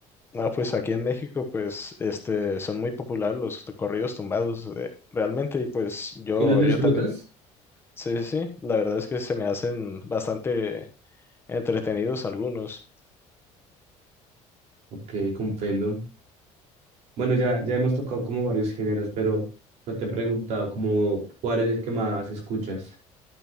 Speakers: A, on the left; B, on the right.
A: No, pues aquí en México, pues, este, son muy populares los t- corridos tumbados, eh, realmente, y pues yo,
B: ¿Y los disfrutas?
A: yo también, sí, sí, sí, la verdad es que se me hacen bastante entretenidos algunos.
B: Ok, comprendo. Bueno, ya, ya hemos tocado como varios géneros, pero no te he preguntado como cuál es el que más escuchas.